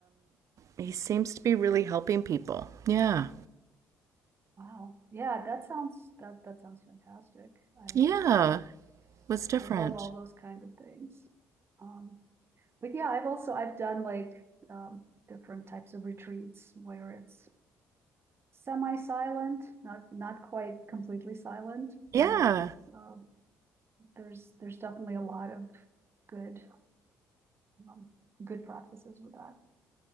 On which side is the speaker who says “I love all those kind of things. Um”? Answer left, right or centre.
Right